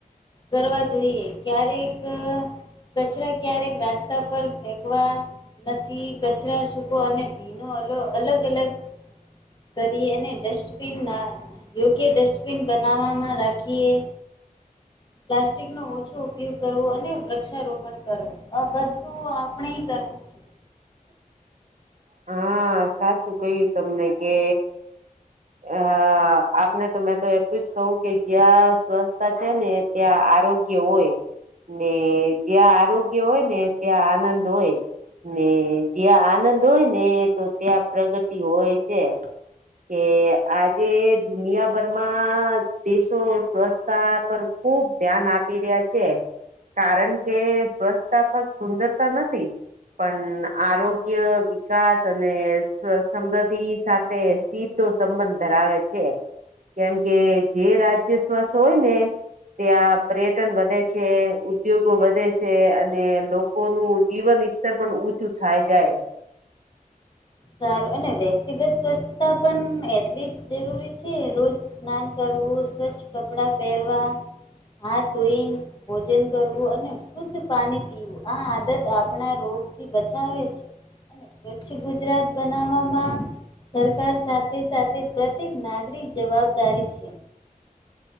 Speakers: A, on the left (about 30°); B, on the right (about 60°).
A: કરવા જોઈએ ક્યારેક કચરા ક્યારેક રાસ્તા પર ફેકવા નથી કચરા સૂકો અને ભીનો અલો અલગ અલગ કરી અને ડસ્ટબિનના યોગ્ય ડસ્ટબિન બનાવવામાં રાખીએ. પ્લાસ્ટિકનો ઓછો ઉપયોગ કરવો અને વૃક્ષારોપણ કરવો. આ બધું આપણે કરવું છે.
B: હા સાચું કયું તમને કે હ આપણે તો મેં તો એટલું જ કહું કે જ્યાં સ્વસ્છતા છે ને. ત્યાં આરોગ્ય હોય. ને જ્યાં આરોગ્ય હોય, ને ત્યાં આનંદ હોય ને જ્યાં આનંદ હોય ને એ તો ત્યાં પ્રગતિ હોય છે. કે આજે દુનિયાભરમાં દેશો સ્વચ્છતા પર ખુબ ધ્યાન આપી રહ્યા છે. કારણ કે સ્વસ્છતા પણ સુંદરતા નથી, પણ આરોગ્ય વિકાસ અને સમૃદ્ધિ સાથે સીધો સંબંધ ધરાવે છે. કેમ કે જે રાજ્ય સ્વસ હોય ને. ત્યાં પર્યટન વધે છે ઉદ્યોગો વધે છે અને લોકો નું જીવન ત પણ ચું થાય જાય.
A: સારું અને વ્યક્તિગત સ્વસ્થતા પણ એટલી જ જરૂરી છે રોજ સ્નાન કરવું સ્વચ્છ કપડાં પહેરવા. હાથ ધોઈને ભોજન કરવું અને શુદ્ધ પાણી પીવું. આ આદત આપણા રોગથી બચાવે છે, અને સ્વચ્છ ગુજરાત બનાવવામાં, સરકાર સાથે સાથે પ્રત્યેક નાગરિક જવાબ જવાબદારી છે.